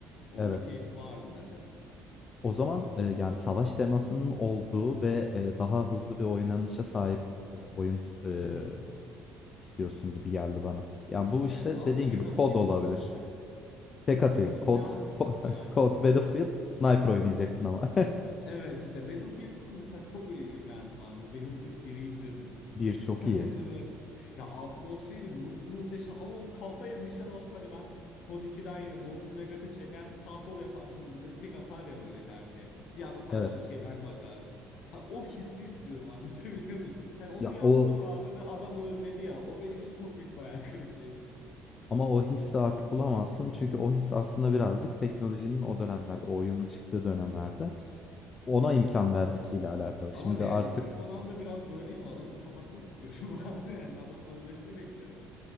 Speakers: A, on the left; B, on the left.
A: Onun
B: Evet.
A: bir keyfi vardı mesela.
B: O zaman e, yani savaş temasının olduğu ve e, daha hızlı bir oynanışa sahip e, oyun e,
A: <laughs>
B: istiyorsun gibi geldi bana. Yani bu işte
A: Evet bu ama
B: dediğin
A: tek
B: gibi kod
A: atayım
B: olabilir.
A: böyle.
B: Tek atayım.
A: <laughs> Yine
B: Kod,
A: hala
B: ko-
A: aynı.
B: <laughs> kod, Battlefield, Sniper oynayacaksın ama. <laughs>
A: Evet işte Battlefield'da da mesela çok imrendim abi. Bu Battlefield biri indirdim.
B: Bir çok
A: <laughs> Hani
B: iyi.
A: böyle ya atmosferi mu- muhteşem ama o kafaya nişan alıp hani ben Kod 2'den yine Mosin Nagat'ı çekersin sağ sol yaparsın hızlıca tek atar ya böyle karşıya. Bir anda sadece
B: Evet.
A: o şeyden bakarsın. Ha, o hissi istiyorum <laughs> anlatabiliyor muyum? Hani onu
B: Ya
A: yaptım
B: o
A: abi ve adam ölmedi ya. O benim için çok büyük bir hayal kırıklığıydı.
B: ama o hissi artık bulamazsın. Çünkü o his aslında birazcık teknolojinin o dönemlerde, o oyunun çıktığı dönemlerde ona
A: <laughs>
B: imkan vermesiyle alakalı. Şimdi
A: Ama realistik
B: artık
A: olan da biraz böyle değil mi? Adamın kafasına sıkıyorum <laughs> abi. Yani adamın ölmesini beklerim.